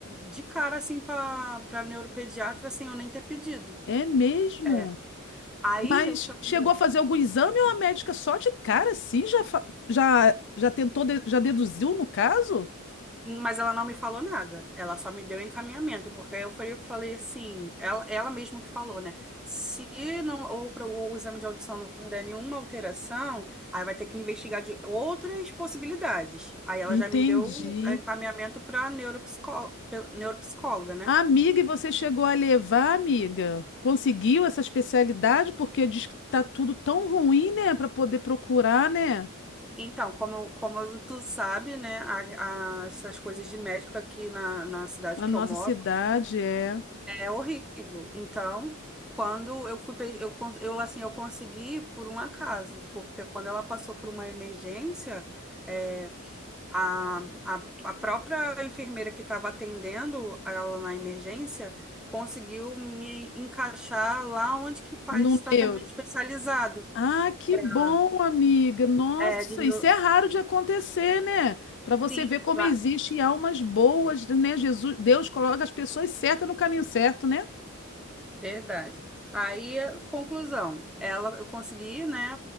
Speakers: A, in the centre; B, on the left.
A: de cara, assim, para para neuropediatra, sem eu nem ter pedido.
B: É mesmo?
A: É. Aí,
B: Mas
A: o que acontece?
B: chegou a fazer algum exame ou a médica só de cara, assim, já, fa- já, já tentou, de- já deduziu no caso?
A: Mas ela não me falou nada, ela só me deu encaminhamento, porque aí eu falei, eu falei assim, ela, ela mesma que falou, né? Se não, ou pra- o exame de audição não der nenhuma alteração, aí vai ter que investigar de outras possibilidades. Aí ela
B: Entendi.
A: já me deu o encaminhamento para neuropsicó, pe- neuropsicóloga, né?
B: Amiga, e você chegou a levar, amiga? Conseguiu essa especialidade? Porque diz que tá tudo tão ruim, né? Para poder procurar, né?
A: Então, como, como tu sabe, né, a- a- essas coisas de médico aqui na, na cidade
B: Na
A: que
B: nossa
A: eu moro,
B: cidade, é.
A: É horrível. Então, quando eu fui, pe- eu, cons- eu assim, eu consegui por um acaso, porque quando ela passou por uma emergência, é, a, a, a própria enfermeira que estava atendendo ela na emergência conseguiu me encaixar lá onde que faz
B: No
A: os tratamentos
B: neuro.
A: especializados.
B: Ah, que bom,
A: Ah,
B: amiga. Nossa,
A: É, de neu-
B: isso é raro de acontecer, né? Para você
A: sim,
B: ver como
A: lá-
B: existem almas boas, né? Jesus, Deus coloca as pessoas certas no caminho certo, né?
A: Verdade. Aí, conclusão, ela, eu consegui, né,